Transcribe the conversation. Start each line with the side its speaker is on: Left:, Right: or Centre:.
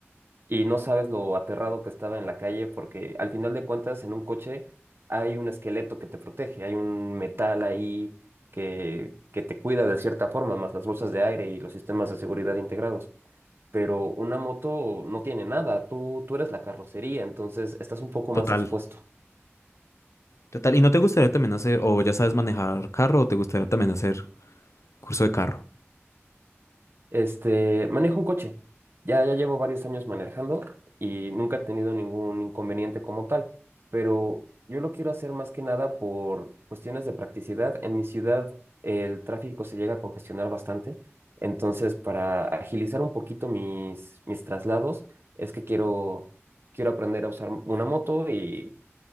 Right: y no sabes lo aterrado que estaba en la calle porque al final de cuentas en un coche hay un esqueleto que te protege, hay un metal ahí que, que te cuida de cierta forma, más las bolsas de aire y los sistemas de seguridad integrados pero una moto no tiene nada, tú, tú eres la carrocería, entonces estás un poco
Left: total,
Right: más expuesto.
Left: total. ¿Y no te gustaría también hacer, o ya sabes manejar carro, o te gustaría también hacer curso de carro?
Right: Este, manejo un coche, ya, ya llevo varios años manejando y nunca he tenido ningún inconveniente como tal, pero yo lo quiero hacer más que nada por cuestiones de practicidad. En mi ciudad el tráfico se llega a congestionar bastante, entonces para agilizar un poquito mis, mis traslados es que quiero, quiero aprender a usar una moto y